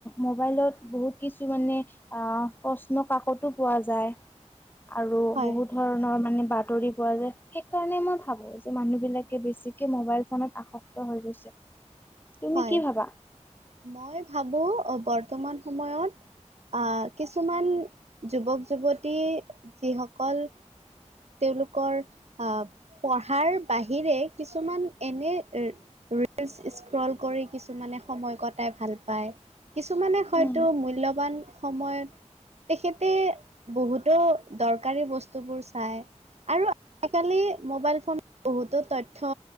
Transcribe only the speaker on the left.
মোবাইলত বহুত কিছু মানে অ' প্ৰশ্ন কাকতো পোৱা যায়। আৰু
বহুত ধৰণৰ মানে বাট আঁতৰি পোৱা যায়। সেইকাৰণে মই ভাবোঁ যে মানুহ বিলাকে বেছিকে মবাইল ফোনত আসক্ত হৈ গৈছে। তুমি
কি ভাবা?
উম